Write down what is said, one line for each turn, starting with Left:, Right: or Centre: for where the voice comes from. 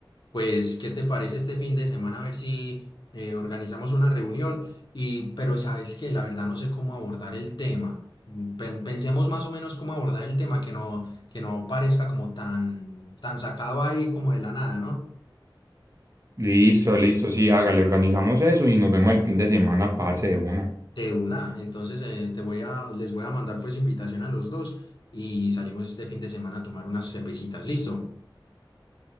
Left: Pues, ¿qué te parece este fin de semana? A ver si eh, organizamos una reunión. Y, pero sabes que la verdad no sé cómo abordar el tema. Mm, pen- pensemos más o menos cómo abordar el tema, que no, que no parezca como tan, tan sacado ahí como de la nada, ¿no?
Right: Listo, listo, sí, hágale, organizamos eso y nos vemos el fin de semana, parce, de una.
Left: De una. Entonces, eh, te voy a, les voy a mandar pues invitación a los dos y salimos este fin de semana a tomar unas cervecitas. ¿Listo?